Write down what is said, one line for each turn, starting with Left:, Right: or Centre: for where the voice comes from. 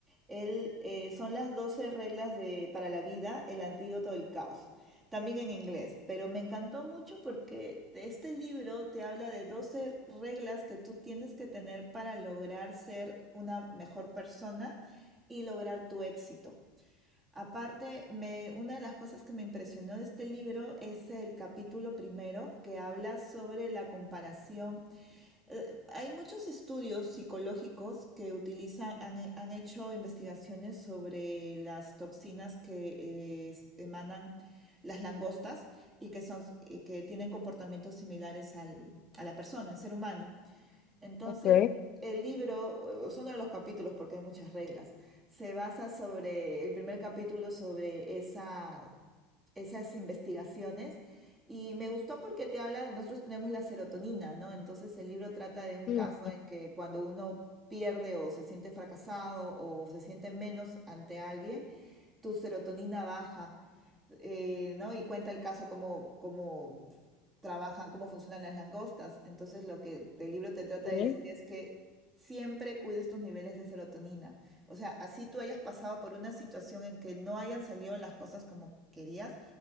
Right: Él, eh, son las 12 reglas de, para la vida, el antídoto del caos. También en inglés, pero me encantó mucho porque este libro te habla de 12 reglas que tú tienes que tener para lograr ser una mejor persona y lograr tu éxito. Aparte, me- una de las cosas que me impresionó de este libro es el capítulo primero que habla sobre la comparación eh, hay muchos estudios psicológicos que utilizan, han, han hecho investigaciones sobre las toxinas que eh, emanan las langostas y que son, y que tienen comportamientos similares al- a la persona, al ser humano. Entonces,
Left: Ok.
Right: el libro, eh, son uno de los capítulos porque hay muchas reglas, se basa sobre, el primer capítulo sobre esa, esas investigaciones y me gustó porque te habla, nosotros tenemos la serotonina, ¿no? Entonces el libro trata de un
Left: Sí,
Right: caso en que cuando uno pierde o se siente fracasado o se siente menos ante alguien, tu serotonina baja eh, ¿no? Y cuenta el caso como, trabajan, cómo funcionan las langostas. Entonces, lo que el libro te trata
Left: ok.
Right: de decir es que siempre cuides tus niveles de serotonina. O sea, así tú hayas pasado por una situación en que no hayan salido las cosas como querías,